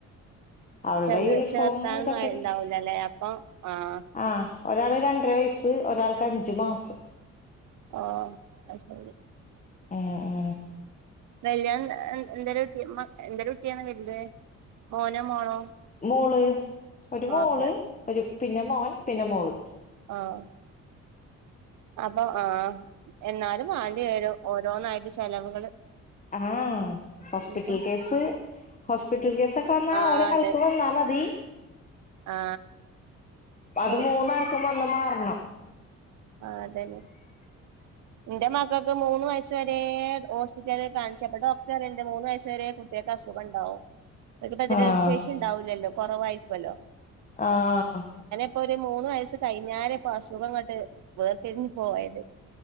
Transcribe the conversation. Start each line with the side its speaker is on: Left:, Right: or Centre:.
Left: അവളുടെ
Right: ച
Left: യൂണിഫോം
Right: ചേർത്താനൊന്നും
Left: ഇതൊക്കെ
Right: ആയിണ്ടാവൂലല്ലേ
Left: കിട്ടി
Right: അപ്പൊ ആഹ്
Left: ആഹ് ഒരാള് രണ്ടര വയസ്സ് ഒരാൾക്ക് അഞ്ച് മാസം
Right: ആഹ് <unintelligible>
Left: എഹ്
Right: വല്യന് <unintelligible> മോനോ മോളോ
Left: മോള് ഒരു മോള്
Right: ഓക്കെ
Left: ഒരു പിന്നെ മോൻ പിന്നെ മോള്
Right: ആഹ് അപ്പൊ ആഹ് എന്നാലും വാണ്ടി വരും ഓരോന്നായിട്ട് ചെലവുകള്
Left: ആഹ് ഹാസ്പിറ്റൽ
Right: ഇപ്പം
Left: കേസ് ഹോസ്പിറ്റൽ കേസൊക്കെ വന്നാ
Right: ആ
Left: ഒരെ കാൽക്ക്
Right: അതെ
Left: വന്നാ മതി
Right: ആ
Left: അത്
Right: മോ
Left: മൂന്നാൾക്കും വന്ന് മാറണം
Right: ആഹ് അതന്നെ ഇന്റെ മക്കൾക്ക് മൂന്ന് വയ ച്ചരേ ഹോസ്പിറ്റല കാണിച്ചപ്പ ഡോക്ടർ എറെ മൂന്ന് വയസ് വരെ കുട്ടികൾക്ക് അസുഖംണ്ടാവും ഒരു പ്രതിരോധ
Left: ആഹ്
Right: ശേഷി ഉണ്ടാവൂലല്ലോ കൊറവായിരിക്കല്ലോ
Left: ആഹ്
Right: ഇപ്പൊ ഒര് മൂന്ന് വയസ്സ് കഴിഞ്ഞരെ ഇപ്പൊ അസുഖംങ്ങോട്ട് വേർത്തിരിഞ്ഞഞ് പോയത്